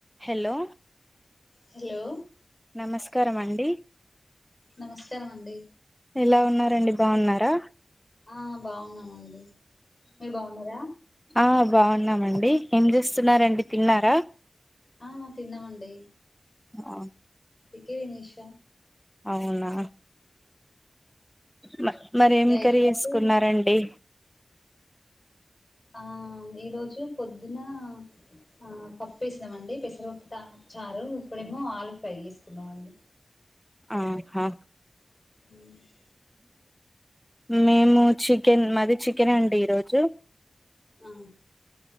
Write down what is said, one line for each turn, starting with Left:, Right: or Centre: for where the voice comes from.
Centre: Hello
Left: hello
Centre: నమస్కారమండి
Left: నమస్కారం అండి
Centre: ఎలా ఉన్నారండి బాగున్నారా
Left: ఆ బాగున్నామండి మీరు బాగున్నారా
Centre: ఆ బాగున్నామండి ఏం చేస్ స్తున్నారండి తిన్నారా
Left: ఆ తిన్నామండి
Centre: ఆ
Left: కే తినేష
Centre: అవునా మ మరేం
Left: ఎయిట్
Centre: కరి
Left: వరకు
Centre: చేసుకున్నారండి
Left: ఆ ఈరోజు పొద్దున ఆ పప్పేసినామండి పెసరపప్పు చారు ఇప్పుడేమో ఆలు ఫ్రై చేసుకున్నామండి
Centre: ఆహా
Left: మ్
Centre: మేము చికెన్ మాది చికెన్ అండి ఈరోజు
Left: అ